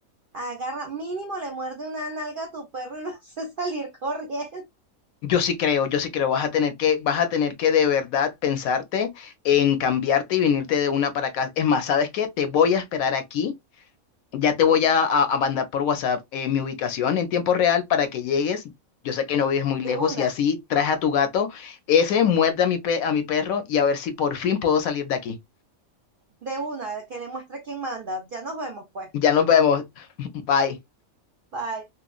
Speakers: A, on the right; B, on the left.
A: agarra, mínimo le muerde una nalga a tu perro y lo <laughs> hace salir corriendo.
B: Yo sí creo, yo sí creo, vas a tener que, vas a tener que de verdad pensarte en cambiarte y venirte de una para acá. Es más, ¿sabes qué? Te voy a esperar aquí, ya te voy a, a- a mandar por WhatsApp eh, mi ubicación en tiempo real para que llegues. Yo sé que no vives muy lejos
A: De una,
B: y así traes a tu gato, ese muerde a mi, pe- a mi perro y a ver si por fin puedo salir de aquí.
A: de una, que le muestre quién manda. Ya nos vemos, pues.
B: Ya nos vemos. <laughs> Bye.
A: bye